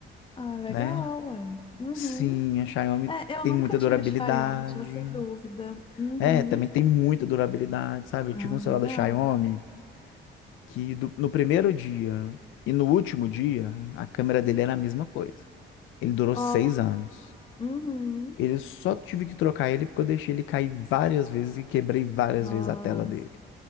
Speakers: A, on the left (about 25°); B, on the left (about 80°).
A: Ah, legal,
B: né?
A: ué. Uhum.
B: Sim, a Xiaomi
A: É, eu
B: tem
A: nunca
B: muita
A: tive
B: durabilidade,
A: Xiaomi, tinha essa dúvida. Uhum.
B: é, também tem muita durabilidade, sabe? Eu
A: Ah,
B: tive um celular
A: legal.
B: da Xiaomi que do- no primeiro dia e no último dia, a câmera dele era a mesma coisa. Ele durou
A: Ó,
B: seis anos.
A: uhum.
B: Ele só tive que trocar ele porque eu deixei ele cair várias vezes e quebrei várias
A: Nossa,
B: vezes a tela dele.